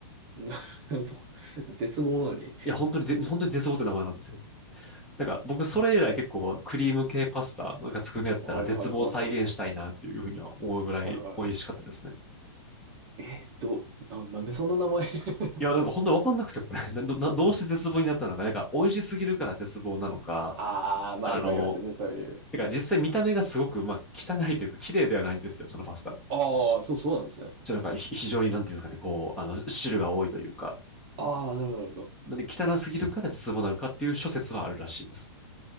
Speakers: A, on the right; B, in the centre.
A: う。な、<laughs> そう、絶望なのに。
B: いや、本当にぜ、本当に絶望って名前なんですよ。なんか僕それ以来結構クリーム系パスタなんか作るんやったら絶望再現したいなっていうふうには思うぐらい美味しかったですね。
A: はいはいはいはいはい。はいはい。えー、ど、な、なんでそんな名前 <laughs>
B: いや、なんか本当わかんなくてこれ <laughs> など、などうして絶望になったのか、なんか美味しすぎるから絶望なのか、
A: ああ、まあよくありますよね、
B: あの、
A: そういう。
B: てか実際見た目がすごく、まあ、汚いというか綺麗ではないんですよ、そのパスタ。
A: ああ、そうそうなんですね。
B: ちょっとなんかひ非常になんていうんですかね、こう、あの、汁が多いというか、
A: ああ、なるほどなるほど。
B: なんで汚すぎるから絶望なのかっていう諸説はあるらしいです。